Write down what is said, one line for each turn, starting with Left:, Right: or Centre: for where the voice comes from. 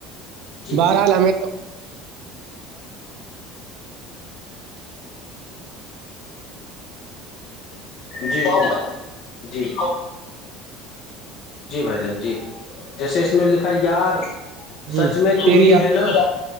Left: جی
Right: بہرحال
Left: جی
Right: ہمیں
Left: جی جی جی بھائی جن جی جیسے اس میں لکھا یار
Right: ہوں
Left: سچ میں تو
Right: تیری
Left: ہی ہے نا